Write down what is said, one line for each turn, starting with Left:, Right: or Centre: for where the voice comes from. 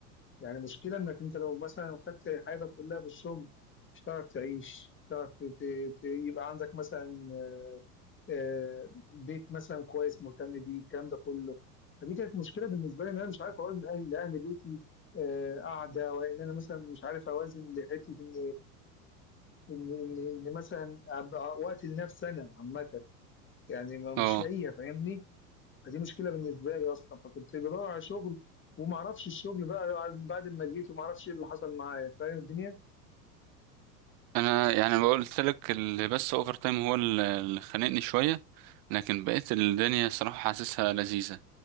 Left: يعني مشكله انك انت لو مثلا خدت حياتك كلها في الشغل مش هتعرف تعيش مش هتعرف ت- ت- ت- يبقى عندك مثلا آه، بيت مثلا كويس مهتم بيه الكلام ده كله فدي كانت مشكله بالنسبه لي ان انا مش عارف اوازن اهل لاهل بيتي آه، قاعده وان انا مثلا مش عارف اوازن لحته ان ان ان إن مثلا أبقى وقت لنفسي انا عامه يعني ما مش
Right: اه
Left: لاقيها فاهمني فدي مشكله بالنسبه لي اصلا فكنت بدور على شغل وما اعرفش الشغل بقى بعد ما جيت وما اعرفش ايه اللي حصل معايا فاهم الدنيا
Right: انا يعني قلت لك اللي بس اوفر تايم هو اللي اللي خانقني شويه لكن بقيت الدنيا صراحه حاسسها لذيذه